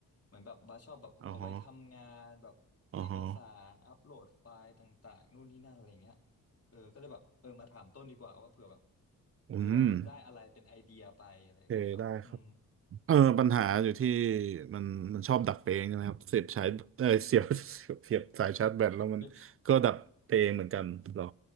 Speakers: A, on the left; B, on the right.
A: เหมือนแบบบาสชอบแบบเอาไว้ทำงานแบบเอกสารอัปโหลดไฟล์ต่างๆนู่นนี่นั่นอะไรเงี้ย
B: อ๋อฮะอ๋อฮะ
A: เออก็เลยแบบเออมาถามต้นดีกว่าว่าเผื่อแบบ
B: อืม
A: เผื่อได้อะไรเป็นไอเดียไปอะไรอย่างเงี้ยครับอืม
B: โอเคได้ครับเออปัญหาอยู่ที่มันมันชอบดับไปเองนะครับเสียบสายเออเสียบ <laughs> เสียบสายชาร์จแบตแล้วมันก็ดับไปเองเหมือนกันหรอ
A: <laughs>